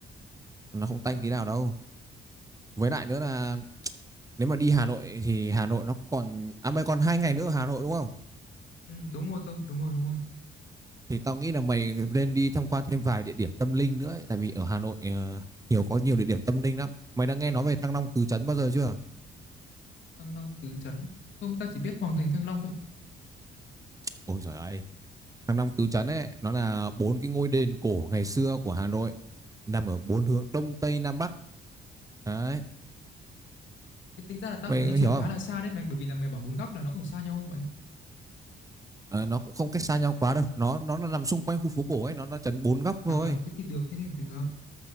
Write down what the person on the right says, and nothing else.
nó không tanh
tí nào đâu với lại nữa là nếu mà đi Hà Nội thì Hà Nội nó còn à mày còn hai ngày nữa ở Hà Nội đúng không
thì tao nghĩ là mày nên đi tham quan thêm vài địa điểm tâm linh nữa ấy. tại vì ở Hà Nội ờ, nhiều có nhiều địa điểm tâm linh lắm mày đã nghe nói về Thăng Long Tứ Trấn bao giờ chưa
ôi giời ơi Thăng Long Tứ Trấn ấy nó là bốn cái ngôi đền cổ ngày xưa của Hà Nội nằm ở bốn hướng đông tây nam bắc đấy
mày
hiểu không
Ờ, nó cũng không cách xa nhau quá đâu nó nó nó nằm xung quanh khu phố cổ ấy nó nó chấn bốn góc thôi